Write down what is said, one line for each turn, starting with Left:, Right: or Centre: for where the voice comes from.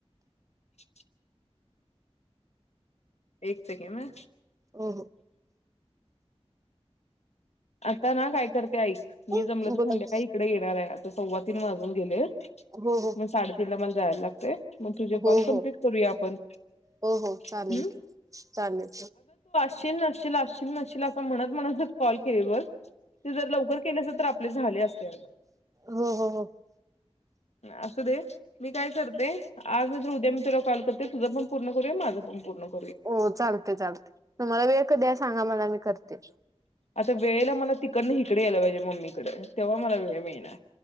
Left: <unintelligible> एक सेकंड ह
Right: हो
Left: आता ना काय करते ऐक
Right: हो
Left: मी जमलं तर
Right: बोला
Left: म्हणते
Right: की
Left: काय इकडे येणार आहे आता सव्वा तीन वाजत. गेले
Right: हो हो
Left: म साडेतीन ला मला जायला लागते. मग तुझे कॉल
Right: हो हो
Left: कमप्लीट करूया आपण.
Right: हो हो चालेल
Left: हम्म
Right: की चालेल.
Left: असील नशील असशील नशील असं म्हणत म्हणत. कॉल केले ते जर लवकर केले असल तर आपले झाले असते.
Right: हो हो हो
Left: असू दे. मी काय करते आज नंतर उद्या मी तुला कॉल करते तुझ पण पूर्ण करुया माझं पण पूर्ण करू.
Right: हो चालते चालते तु मला वेळ कधी आहे सांगा मला मी करते.
Left: आता वेळेला मला तिकडन हिकडे यायला पाहिजे मम्मीकडे तेव्हा मला वेळ मिळणार.